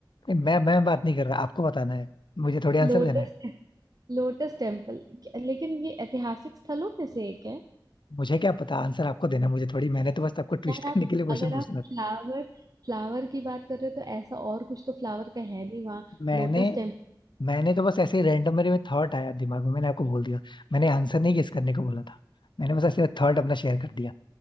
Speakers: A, on the left; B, on the right.
A: नहीं मैं मैं बात नहीं कर रहा आपको बताना है मुझे थोड़ी आंसर
B: लोटस
A: देना है
B: Lotus temple लेकिन ये ऐतिहासिक स्थलों में से एक है
A: मुझे क्या पता आंसर आपको देना है मुझे थोड़ी मैंने तो बस आपको ट्विस्ट
B: यार
A: <laughs>
B: आप
A: करने के लिए क्वेश्चन
B: अगर
A: पूछना
B: आप
A: था
B: फ्लावर फ्लावर की बात कर रहे हो तो ऐसा और कुछ तो फ्लावर का है नहीं वहाँ
A: मैंने
B: Lotus temple
A: मैंने तो बस ऐसे ही रैंडम मेरे में थॉट आया दिमाग में मैंने आपको बोल दिया मैंने आंसर नहीं गेस करने को बोला था मैंने बस ऐसे थॉट अपना शेयर कर दिया